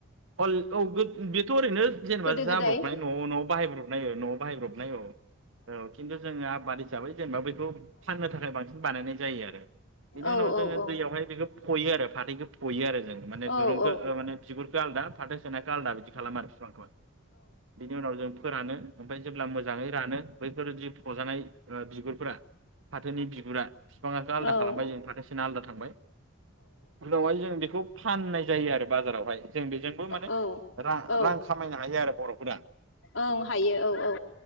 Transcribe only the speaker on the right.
औ औ बेथ ओरैनो जेनेबा
जाब्रबनाय नआव नआव बायब्रनाय औ नआव बाहायब्रबनाय औ औ खिन्थु जों मान हिसाबै जेनेबा बेखौ फाननो थाखाय बांसिन बानायनाय जायो आरो बिनि
उनाव
जोङो
दैयावहाय बेखौ खयो आरो फाथैखौ फयो आरो जों माने
दुरुंखौ
ओ माने बिुर खो आलदा फाथो सोनायखौ आलदा बिदि खालामो आरो फिफांखौहाय। उनाव जों फोरानो ओमफ्राय जेब्ला मोजाङै रानो बैफोर जि फजानाय बिगुर फोरा फाथोनि बिगुरा बिफाङा
<unintelligible> आलादा खालामबाय जों फाथोसेना आलादा थांबाय उनावहाय जों बेखौ फाननाय जायो आरो बाजारावहाय जों बेजोंबो माने
रा रां खामायनो हायो आरो गदा